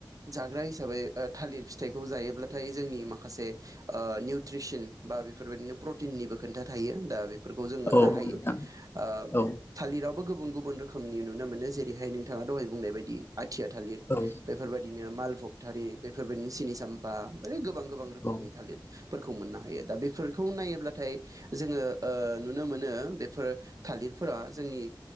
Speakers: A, on the right (about 50°); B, on the left (about 30°).
A: जाग्रा हिसाबै थालिर फिथाइखौ जायोब्लाथाय जोंनि माखासे ओ निउट्रिसन बा बेफोरबायदिनो प्रटिननिबो खोन्था थायो दा बे फोरखौ जों मोननो
B: औ
A: हायो
B: नोंथां
A: ओ
B: औ
A: थालिराव बो गुबुन‌ गुबुन रोखोमनि नुनो मोनो जेरैहाय नोंथाङा दहाय बुंनाय बायदि आथिया थालिर
B: औ
A: बेफोरबायादि निया माल बखारि बेफोर बादिनो सिनि सामबा है गोबां गोबां रोखोमनि
B: औ
A: थालिर फोरखौ मोननो हायो दा बेफोरखौ नायोब्लाथाय जोङो ओ नुनो मोनो बेफोर थालिरफोरा जोंनि